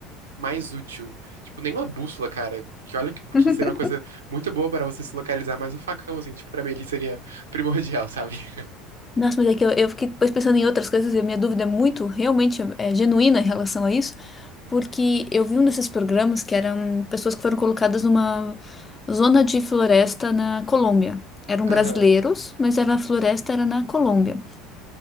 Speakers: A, on the right (about 80°); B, on the left (about 25°).
A: mais útil. Tipo, nenhuma bússola, cara. Que olha que,
B: <laughs>
A: que seria uma coisa muito boa para você se localizar, mas o facão, assim, tipo, pra mim ele seria primordial, sabe? <laughs>
B: Nossa, mas é que eu, eu fiquei depois pensando em outras coisas e a minha dúvida é muito, realmente é genuína em relação a isso, porque eu vi um desses programas que eram pessoas que foram colocadas numa zona de floresta na Colômbia. Eram
A: Aham,
B: brasileiros, mas era a floresta era na Colômbia.